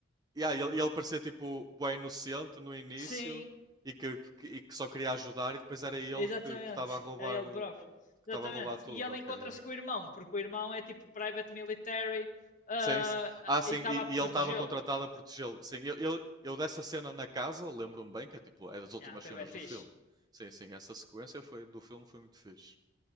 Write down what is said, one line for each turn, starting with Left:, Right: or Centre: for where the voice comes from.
Right: yeah, ele, ele parecia tipo bué inocente no início
Left: Sim,
Right: e que, que- e que só queria ajudar e depois era ele
Left: exatamente.
Right: que que estava a roubar
Left: Era ele
Right: eh,
Left: próprio.
Right: que
Left: Exatamente.
Right: estava a roubar tudo,
Left: E ele
Right: ok,
Left: encontra-se
Right: yeah.
Left: com o irmão, porque o irmão é tipo private military ah,
Right: Sim, s-
Left: ah,
Right: ah, sim,
Left: e estava
Right: e,
Left: a protegê-lo.
Right: e ele estava contratado a protegê-lo. Sim, eu, eu, eu dessa cena na casa, lembro-me bem, que é tipo, é das últimas
Left: Ah, foi
Right: cenas
Left: bem fixe.
Right: do filme. Sim, sim, essa sequência foi, do filme foi muito fixe.